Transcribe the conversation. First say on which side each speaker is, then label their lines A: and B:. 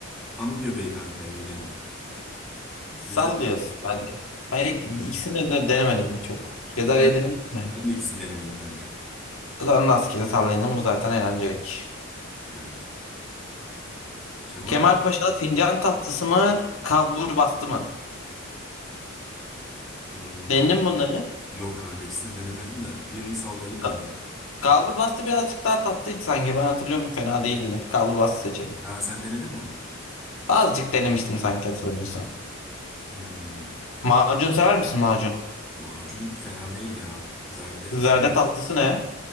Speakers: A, in the centre; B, on the left.
A: Hanım göbeği kanka ya yine de.
B: Sallıyoruz
A: Güzel. <laughs>
B: bence. Ben ik- ikisini de denemedim çok. Cezarye
A: Ben,
B: denemedim de.
A: ben de ikisini denemedim kanka.
B: Zarını askeri sallayanın bu zaten eğlencelik.
A: Evet. Kemal
B: Kemal
A: Paşa...
B: Paşa'da fincan tatlısı mı? Kalbur bastı mı?
A: Iı,
B: Denedin
A: Ka-
B: mi bunları?
A: Yok kanka ikisini denemedim de birini sallayalım
B: Ka-
A: bence.
B: Kalbur bastı birazcık daha tatlıydı sanki. Ben hatırlıyorum fena değildi. Kalbur bastı seçelim.
A: Ha sen denedin mi onu?
B: Azıcık denemiştim sanki hatırlamıyorsam.
A: Hmm,
B: Macun sever misin macun?
A: macun fena değil ya. Zerde,
B: Zerde
A: zerde
B: tatlısı ne?